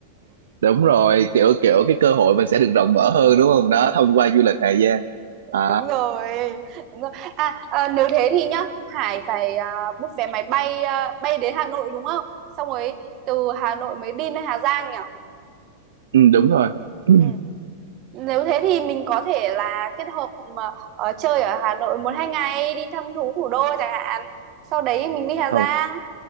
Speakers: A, on the right; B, on the right.
A: <laughs> đúng rồi kiểu kiểu cái cơ hội mình sẽ được rộng mở hơn đúng không đó thông qua du lịch Hà Giang à
B: đúng rồi đúng rồi à, à nếu thế thì nhá Hải phải à, book vé máy bay à, bay đến Hà Nội đúng không xong rồi từ Hà Nội mới đi lên Hà Giang nhỉ
A: ừ, đúng rồi
B: ừ.
A: <clears throat>
B: nếu thế thì mình có thể là kết hợp mà ờ, chơi ở Hà Nội một hai ngày đi thăm thú thủ đô chẳng hạn sau đấy mình đi Hà
A: không
B: Giang